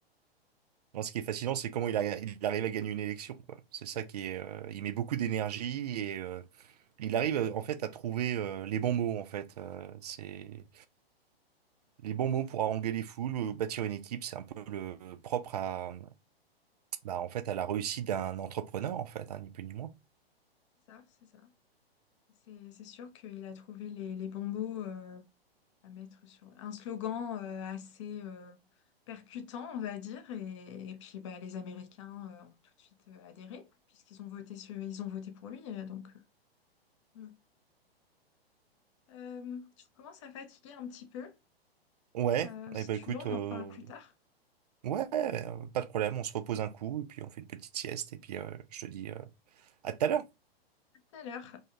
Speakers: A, on the right; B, on the left.
A: Non, ce qui est fascinant, c'est comment il, a- il arrive à gagner une élection, quoi. C'est ça qui est. euh, il met beaucoup d'énergie et euh, il arrive euh, en fait à trouver euh, les bons mots, en fait. Euh, c'est les bons
B: Oui,
A: mots
B: pour
A: pour haranguer les foules, euh, bâtir une équipe. C'est un peu le propre à, bah, en fait, à la réussite d'un entrepreneur, en fait, hein, ni plus ni moins.
B: c'est ça, c'est ça. C'est, c'est sûr qu'il a trouvé les, les bons mots euh, à mettre sur un slogan euh, assez euh, percutant, on va dire. Et, et puis bah, les Américains euh, ont tout de suite euh, adhéré, puisqu'ils ont voté sur- ils ont voté pour lui. euh, donc, euh, mm. euh, je commence à fatiguer un petit peu.
A: Ouais.
B: Euh, si
A: Eh ben
B: tu
A: écoute,
B: veux, on
A: euh,
B: en reparle plus tard.
A: ouais, euh, pas de problème. On se repose un coup et puis on fait une petite sieste et puis euh, je te dis euh, à tout à l'heure.
B: À tout à l'heure.